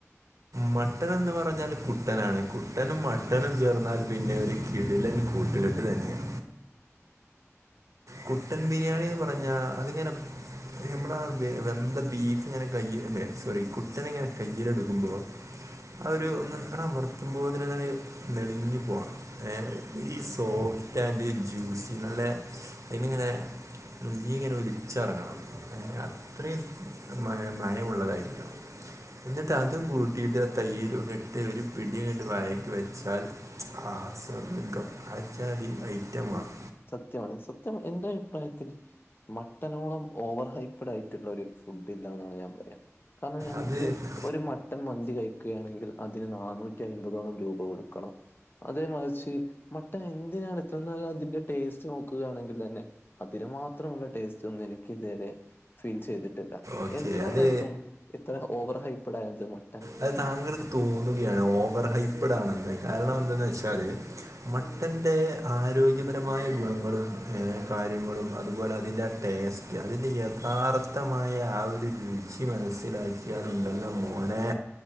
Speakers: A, on the right; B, on the left.
A: മട്ടൻ എന്ന് പറഞ്ഞാൽ കുട്ടനാണ് കുട്ടനും മട്ടനും ചേർന്നാൽ പിന്നെ ഒരു കിടിലൻ കൂട്ടുകെട്ട് തന്നെയാ കുട്ടൻ ബിരിയാണി എന്ന് പറഞ്ഞ അതിങ്ങനെ
B: <inaudible>
A: നമ്മളാ വെ വെന്ത ബീഫിങ്ങനെ കയ്യ് സോറി കുട്ടനിങ്ങനെ കയ്യില് എടുക്കുമ്പോ ആഹ് ഒരു ഒന്ന് അമർത്തുമ്പോത്തിനങ്ങന നെടിഞ്ഞു പോണം ഹെ ഈ സോഫ്റ്റ് ആൻഡ് ജ്യൂസി നല്ല ആയിമ്മങ്ങനെ <unintelligible> ഇങ്ങനെ ഒലിച്ചിറങ്ങണം അത്രിം മയമുള്ളതായിരിക്കണം എന്നിട്ട് അതും കൂട്ടിയിട്ട് ആ തൈരുങ്ങട്ട് ഒരു പിടിയങ്ങട്ട് വായ്ക്ക് വെച്ചാൽ ആഹ് സ്വർഗം അജ്ജാദി ഐറ്റം
B: ഇത്
A: ആഹ്
B: സത്യമാണ് സത്യം എന്റെ അഭിപ്രായത്തിൽ മട്ടനോളം ഓവർ ഹൈപ്പഡ് ആയിട്ടുള്ള ഒരു ഫുഡില്ല എന്നാണ് ഞാൻ പറയാ കാരണം ഞമ്മുക്ക്
A: അത്
B: ഒരു മട്ടൺ മന്തി കഴിക്കുകയാണെങ്കിൽ അതിന് നാനൂറ്റി അയ്മ്പതോളം രൂപ കൊടുക്കണം അതേ മറിച്ച് മട്ടൻ എന്തിനാണ് ഇത്ര നല്ല അതിന്റെ ടേസ്റ്റ് നോക്കുകയാണെങ്കിൽ തന്നെ അതിനുമാത്രമുള്ള ടേസ്റ്റ് ഒന്നും എനിക്ക് ഇതുവരെ ഫീൽ ചെയ്തിട്ടില്ല
A: ഓക്കെ
B: എന്തുകൊണ്ടാര്ക്കും
A: അത്
B: ഇത്ര ഓവർ ഹൈപ്പഡ് ആയത് മട്ടൻ
A: അത് താങ്കൾക്ക് തോന്നുകയാണ് ഓവർ ഹൈപ്പഡാണന്ന് കാരണം എന്തന്ന് വെച്ചാല് മട്ടന്റെ ആരോഗ്യപരമായ ഗുണങ്ങളും ഏഹ് കാര്യങ്ങളും അതുപോലെ അതിന്റെ ടേസ്റ്റ് അതിൻ്റെ യഥാർത്ഥമായ ആ ഒരു രുചി മനസ്സിലാ കിയാലുണ്ടല്ലൊ മോനെ